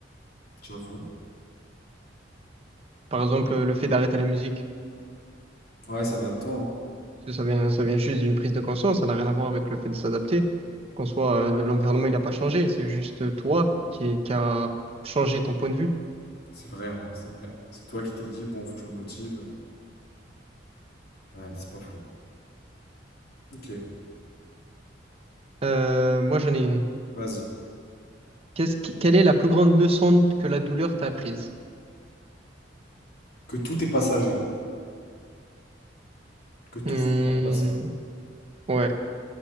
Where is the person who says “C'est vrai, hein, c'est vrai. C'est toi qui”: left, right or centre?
Left